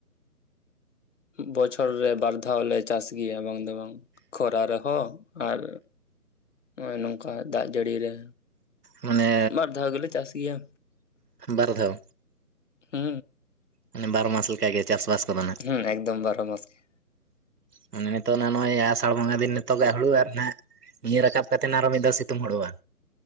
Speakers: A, on the left; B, on the right.
A: ᱵᱚᱪᱷᱚᱨ ᱨᱮ ᱵᱟᱨ ᱫᱷᱟᱣ ᱞᱮ ᱪᱟᱥ ᱜᱮᱭᱟ ᱵᱟᱝ ᱫᱚ ᱵᱟᱝ ᱠᱷᱚᱨᱟ ᱨᱮᱦᱚᱸ ᱟᱨ ᱱᱚᱜᱚᱭ ᱱᱚᱝᱠᱟ ᱫᱟᱜ ᱡᱟᱹᱲᱤ ᱨᱮ
B: ᱢᱟᱱᱮ
A: ᱵᱟᱨᱫᱷᱟᱣ ᱜᱮ ᱞᱮ ᱪᱟᱥ ᱜᱮᱭᱟ
B: ᱵᱟᱨ ᱫᱷᱟᱣ
A: ᱦᱩ
B: ᱢᱟᱱᱮ ᱵᱟᱨᱢᱟᱥ ᱞᱮᱠᱟᱜᱮ ᱪᱟᱥᱵᱟᱥ ᱠᱚᱫᱚ ᱱᱟᱜ
A: ᱦᱩᱸ ᱮᱠᱫᱚᱢ ᱵᱟᱨᱚ ᱢᱟᱥᱜᱮ
B: ᱢᱟᱱᱮ ᱱᱤᱛᱚᱜ ᱱᱟ ᱱᱚᱜᱼᱚᱭ ᱟᱥᱟᱲ ᱵᱚᱸᱜᱟ ᱫᱤᱱ ᱱᱤᱛᱚᱜᱟᱜ ᱦᱩᱲᱩ ᱟᱨ ᱱᱟᱜ ᱱᱤᱭᱟᱹ ᱨᱟᱠᱟᱵ ᱠᱟᱛᱮ ᱟᱨᱚ ᱢᱤᱫᱷᱟᱣ ᱥᱤᱛᱩᱝ ᱦᱩᱲᱩ ᱵᱟ